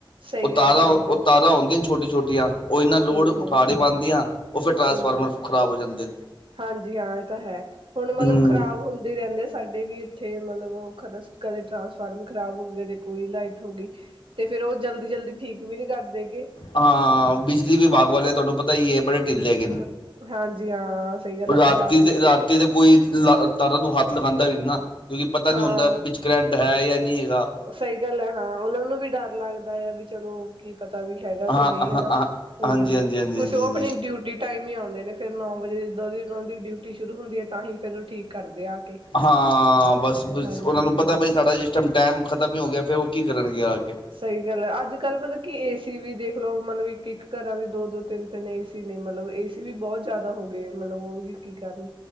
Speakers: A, on the right (about 75°); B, on the left (about 70°).
A: ਸਹੀ
B: ਉਹ ਤਾਰਾਂ
A: ਗੱਲ ਆ ਸਹੀ
B: ਉਹ
A: ਗੱਲ
B: ਤਾਰਾਂ ਹੁੰਦੀਆਂ ਛੋਟੀ-ਛੋਟੀਆਂ। ਉਹ ਇੰਨਾ ਲੋੜ
A: ਹੂੰ-ਹੂੰ।
B: ਉਠਾ
A: ਹੂੰ
B: ਨਹੀਂ ਪਾਦੀਆਂ ਉਹ ਫਿਰ ਟਰਾਂਸਫਾਰਮ
A: ਹੂੰ
B: ਖਰਾਬ ਹੋ ਜਾਂਦੇ।
A: ਹਾਂਜੀ ਹਾਂ ਇਹ ਤਾਂ ਹੈ, ਹੁਣ ਮਤਲਬ
B: ਹਮ
A: ਖ਼ਰਾਬ ਹੁੰਦੇ ਰਹਿੰਦੇ ਸਾਡੇ ਵੀ ਇੱਥੇ ਮਤਲਬ ਖਰ ਕਦੇ ਟਰਾਂਸਫਾਰਮਰ ਖਰਾਬ ਹੋ ਗਏ, ਕਦੇ ਕੋਈ ਲਾਈਟ ਹੋ ਗਈ। ਤੇ ਫੇਰ ਉਹ ਜਲਦੀ, ਜਲਦੀ ਠੀਕ ਵੀ ਨਹੀਂ ਕਰਦੇ ਹੈਗੇ।
B: ਹਾਂ, ਬਿਜਲੀ ਵਿਭਾਗ ਵਾਲੇ ਤੁਹਾਨੂੰ ਪਤਾ ਹੀ ਇਹ ਬੜੇ ਢਿੱਲੇ ਹੈਗੇ।
A: ਹਾਂ ਹਾਂਜੀ, ਹਾਂ। ਸਹੀ ਗੱਲ ਆ ਪੰਜਾਬ
B: ਰਾਤੀ
A: ਦੀ
B: ਤੇ
A: ਤਾਂ
B: ਰਾਤੀ ਤੇ। ਕੋਈ ਲ ਤਾਰਾ ਨੂੰ ਹੱਥ ਲਗਾਂਦਾ ਵੀ ਨਹੀਂ ਨਾ ਕਿਉਂਕਿ ਪਤਾ
A: ਹਾਂ
B: ਨਹੀਂ ਹੁੰਦਾ ਵਿੱਚ ਕਰੰਟ ਹੈ ਜਾਂ ਨਹੀਂ ਹੈਗਾ।
A: ਸਹੀ ਗੱਲ ਹੈ ਹਾਂ ਉਹਨਾਂ ਨੂੰ ਵੀ ਡਰ ਲੱਗਦਾ ਆ ਵੀ ਚਲੋ ਕੀ ਪਤਾ ਵੀ ਹੈਗਾ ਕਿ
B: ਹਾਂ
A: ਨਹੀਂ
B: ਹਾਂ
A: ਹੈਨਾ।
B: ਹਾਂ
A: ਹੂੰ,
B: ਹਾਂਜੀ ਹਾਂਜੀ ਹਾਂਜੀ
A: ਕੁਛ
B: ਹਾਂਜੀ
A: ਉਹ ਆਪਣੀ
B: ਹਾਂਜੀ
A: ਡਿਊਟ ਟਾਈਮ ਹੀ ਆਉਂਦੇ ਨੇ ਫਿਰ ਨੌ ਵਜੇ ਜਦੋਂ ਦੀ ਉਹਦੀ ਡਿਊਟੀ ਸ਼ੁਰੂ ਹੁੰਦੀ ਹੈ ਤਾਂ ਹੀ ਫਿਰ ਉਹ ਠੀਕ ਕਰਦੇ ਆ ਕੇ।
B: ਹਾਂ, ਬਸ
A: ਹਾਂਜੀ
B: ਉਹਨਾਂ ਨੂੰ ਪਤਾ ਬਾਈ ਸਾਡਾ ਜਿਸ ਟਾਈਮ-ਟਾਈਮ ਖਤਮ ਹੀ ਹੋ ਗਿਆ ਫਿਰ ਉਹ ਕੀ ਕਰਨਗੇ ਆ ਕੇ?
A: ਸਹੀ ਗੱਲ ਹੈ, ਅੱਜ ਕੱਲ੍ਹ ਮਤਲਬ ਕਿ ਏ ਸੀ ਵੀ ਦੇਖਲੋ ਮਤਲਬ ਇੱਕ-ਇੱਕ ਘਰਾਂ ਦੀ ਦੋ-ਦੋ ਤਿੰਨ-ਤਿੰਨ ਏਸੀ ਨੇ ਮਤਲਬ। ਏ ਸੀ ਵੀ ਬਹੁਤ ਜ਼ਿਆਦਾ ਹੋ ਗਏ ਮਤਲਬ ਉਹ ਵੀ ਕੀ ਕਰਨ?